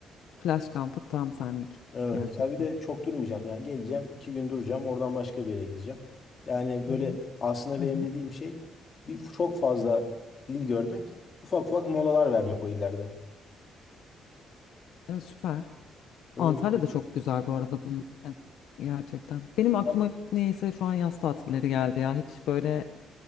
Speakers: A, on the left; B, on the left.
A: plaj kampı tam senlik
B: Evet.
A: gerçekten.
B: Ya bir de çok durmayacağım. Yani geleceğim, iki gün duracağım. Oradan başka bir yere gideceğim. Yani böyle
A: Hı
B: aslında benim
A: hı. Hı
B: dediğim şey bir çok fazla il görmek, ufak ufak molalar vermek o illerde.
A: hı. E, süper.
B: Öyle
A: Antalya
B: bir şey
A: da çok güzel bu arada bunun için. Gerçekten. Benim
B: istiyorum.
A: aklıma hep niyeyse şu an yaz tatilleri geldi ya. Hiç böyle